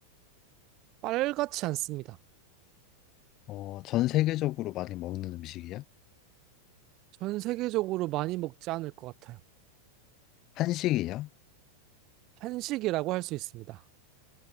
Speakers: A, on the right; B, on the left.
A: 빨갛지 않습니다.
B: 어, 전 세계적으로 많이 먹는 음식이야?
A: 전 세계적으로 많이 먹지 않을 것 같아요.
B: 한식이야?
A: 한식이라고 할 수 있습니다.